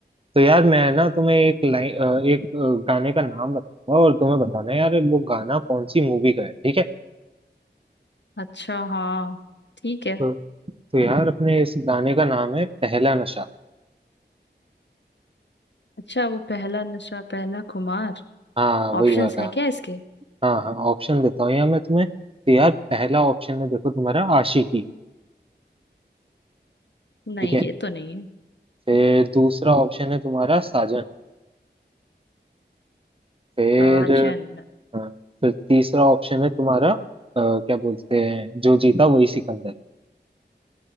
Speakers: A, on the right (about 30°); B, on the left (about 80°).
A: तो यार मैं ना तुम्हें एक लाइन अ, एक अ, गाने का नाम बताऊंगा और तुम्हें बताना है यार वो गाना कौन सी मूवी का है ठीक है
B: अच्छा हाँ ठीक है
A: तो तो यार अपने इस गाने का नाम है पहला नशा
B: अच्छा वो पहला नशा पहला खुमार
A: हाँ वही
B: ऑप्शंस
A: वाला
B: है क्या इसके
A: हाँ हाँ ऑप्शन देता हूँ यार मैं तुम्हें तो यार पहला ऑप्शन है देखो तुम्हारा आशिकी
B: नहीं
A: ठीक है
B: ये तो नहीं है
A: फिर दूसरा ऑप्शन है तुम्हारा साजन फिर
B: साजन
A: हाँ, फिर तीसरा ऑप्शन है तुम्हारा अ, क्या बोलते हैं जो जीता वही सिकंदर